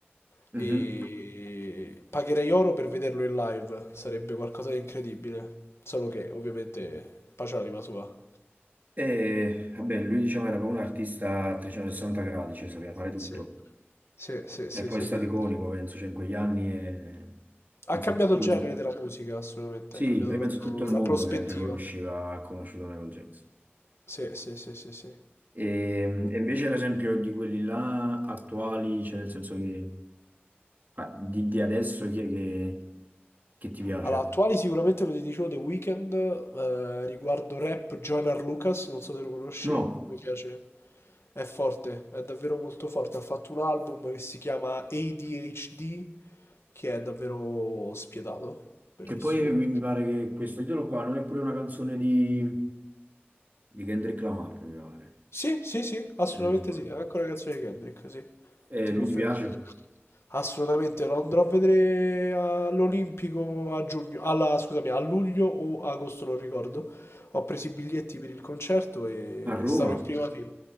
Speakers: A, on the left (about 85°); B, on the right (about 45°).
A: e
B: Mhm.
A: pagherei oro per vederlo in live, sarebbe qualcosa di incredibile, solo che ovviamente pace all'anima sua.
B: E vabbè, lui diciamo era proprio un artista a 360 gradi, cioè sapeva fare tutto.
A: Sì. Sì, sì, sì,
B: E poi
A: sì,
B: è stato
A: sì.
B: iconico, penso, cioè in quegli anni e
A: Ha
B: penso
A: cambiato
B: che tutto
A: il
B: il
A: genere
B: mondo.
A: della musica, assolutamente,
B: Sì,
A: ha cambiato
B: io
A: proprio
B: penso tutto il mondo
A: la prospettiva.
B: ovviamente conosceva, ha conosciuto Michael Jackson.
A: Sì, sì, sì, sì, sì.
B: E, e invece, per esempio, di quelli là attuali, cioè nel senso che ah, di, di adesso chi è che, che ti piace?
A: Allora, attuali sicuramente, come ti dicevo, The Weeknd, eh, riguardo rap, Joyner Lucas, non so se lo conosci,
B: No,
A: mi piace, è forte, è davvero molto forte, ha fatto un album che si chiama ADHD, che è davvero spietato, bellissimo.
B: che poi mi, mi pare che questo titolo qua non è pure una canzone di, di Kendrick Lamar, mi pare,
A: Sì, sì, sì, assolutamente
B: se non mi sbaglio.
A: sì, è anche una canzone di Kendrick, sì,
B: E
A: ti
B: lui
A: confermo.
B: ti piace?
A: Assolutamente lo andrò a vedere all'Olimpico a giugno, alla- scusami, a luglio o agosto, non ricordo. Ho preso i biglietti per il concerto e
B: A Roma?
A: sarò in prima fila.